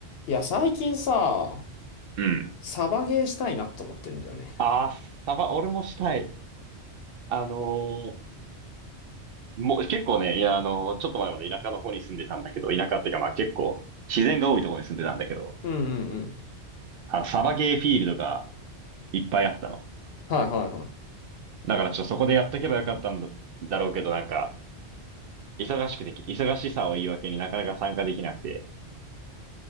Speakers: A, on the left; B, on the right.
A: いや、最近さ、
B: うん。
A: サバゲーしたいなと思ってるんだよね。
B: ああ、サバ、俺もしたい。あのーもう結構ね、いや、あのーちょっと前まで田舎の方に住んでたんだけど、田舎っていうかまあ結構自然が多いところに住んでたんだけど、
A: うんうんうん。
B: あの、サバゲーフィールドがいっぱいあったの。
A: はいはいはい。
B: だからちょっとそこでやっとけばよかったんだ、だろうけど、なんか、忙しくて、忙しさを言い訳になかなか参加できなくて、